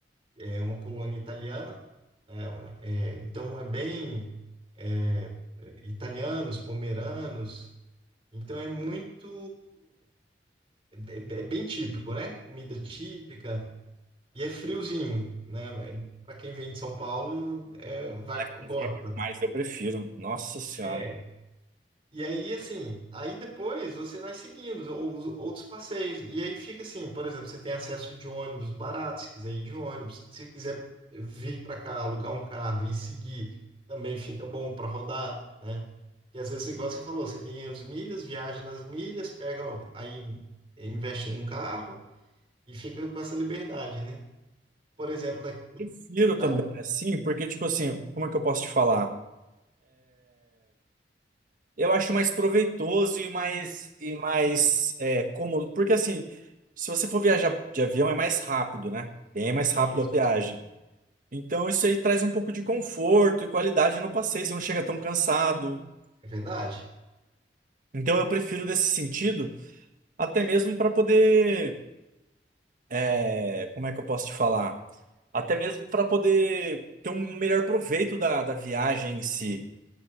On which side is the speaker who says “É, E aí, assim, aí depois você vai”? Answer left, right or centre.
Right